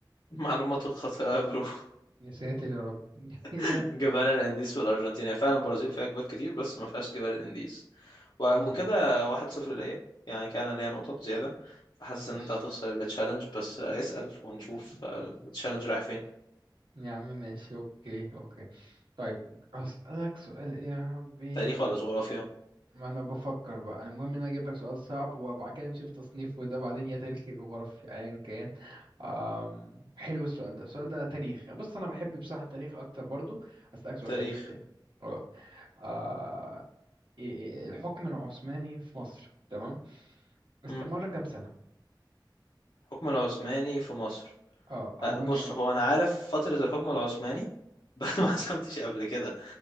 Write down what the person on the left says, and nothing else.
معلوماتك خاطئة يا برو
<laughs>
جبال الانديز في الارجنتين هي فعلا برازيل فيها جبال كتير بس ما فيهاش جبال الانديز و-
وكده واحد صفر ليا يعني كان ليا نقطة زيادة حاسس
ان انت هتخسر التشالنج بس اسأل ونشوف
التشالنج رايح فين
تاريخ ولا جغرافيا
تاريخ
امم
الحكم العثماني في مصر
آه،
بص
هو انا عارف فترة الحكم العثماني <laughs> بس ما حسبتش قبل كده